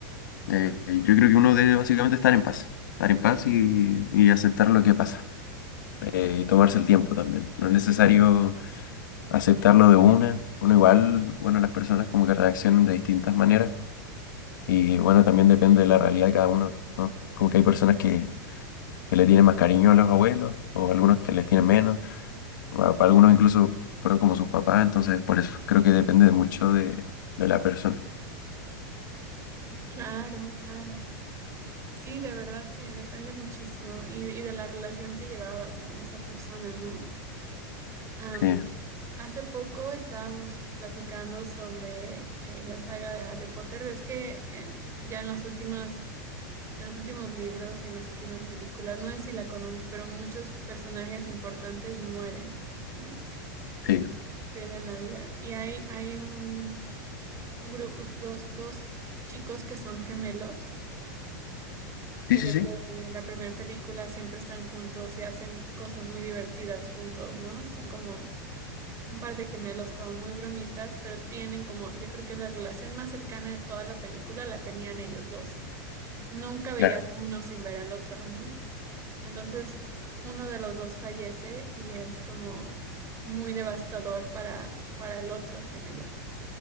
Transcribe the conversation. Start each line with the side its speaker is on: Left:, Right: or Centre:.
Left: eh, yo creo que uno debe básicamente estar en paz, estar en paz y, y aceptar lo que pasa, eh, y tomarse el tiempo también. No es necesario aceptarlo de una. Uno igual, bueno, las personas como que reaccionan de distintas maneras. Y bueno, también depende de la realidad de cada uno, ¿no? Como que hay personas que que le tienen más cariño a los abuelos o algunos que les tienen menos. Bueno, para algunos incluso fueron como sus papás, entonces por eso creo que depende de mucho de, de la persona.
Right: claro, claro. Sí, de verdad que depende muchísimo y, y de la relación que llevabas con esa persona, ¿no? Am,
Left: Sí,
Right: hace poco estábamos platicando sobre eh, la saga de Harry Potter. Ves que eh, ya en los últimos, en los últimos libros y en las últimas películas, no sé si la conoces, pero muchos personajes importantes mueren, ¿no?
Left: sí,
Right: Pierden la vida. Y hay, hay un, un grupo, dos, dos chicos que son gemelos que
Left: sí, sí,
Right: desde
Left: sí,
Right: la primera película siempre están juntos y hacen cosas muy divertidas juntos, ¿no? Son como un par de gemelos como muy bromistas, pero tienen como, yo creo que la relación más cercana de toda la película la tenían ellos dos. Nunca veías
Left: claro.
Right: uno sin ver al otro, ¿no? Entonces, uno de los dos fallece y es como muy devastador para, para el otro gemelo.